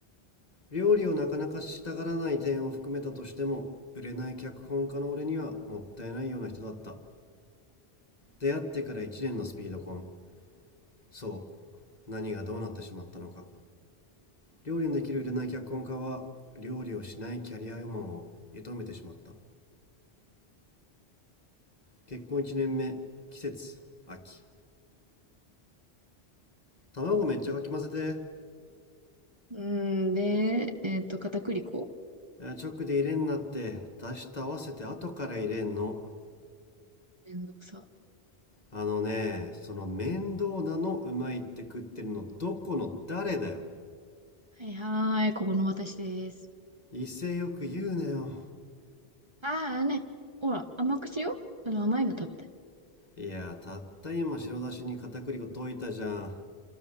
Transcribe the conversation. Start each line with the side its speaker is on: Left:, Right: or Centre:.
Left: 料理をなかなかしたがらない点を含めたとしても売れない脚本家の俺にはもったいないような人だった出会ってから1年のスピード婚そう何がどうなってしまったのか料理のできる売れない脚本家は料理をしないキャリアウーマンを射止めてしまった結婚1年目季節秋卵めっちゃかき混ぜ
Right: うん、で、えっと、片栗粉
Left: てあ直で入れんなって出した合わせて後から入れんの
Right: めんどくさ。
Left: あのねその面倒なのうまいって食ってるのどこの誰だよ
Right: はいはーい、ここの私です。
Left: 威勢よく言うなよ
Right: ああね、ほら、甘くしよう。あの、甘いの食べたい。
Left: いやたった今白だしに片栗粉溶いたじゃん